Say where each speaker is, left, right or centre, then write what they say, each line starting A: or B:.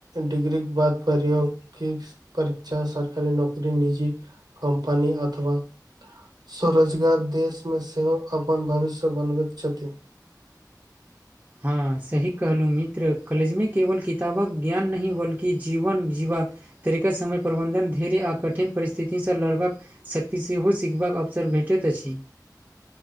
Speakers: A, on the right; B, on the right.
A: डिग्री कऽ बाद प्रयोगिक परीक्षा सरकारी नौकरी निजी कम्पनी अथवा। स्वरोजगार देश में सेहो अपन भविष्य बनबैत छथि।
B: हँ सही कहलौ मित्र कॉलेज में केवल किताब कऽ ज्ञान नहीं बल्कि जीवन जीवा। तरिका समय प्रबन्धन धैर्य आ कठिन परिस्थितिसँ लड़बाक। शक्ति सेहो सिखबा कऽ अवसर भेटैत अछि।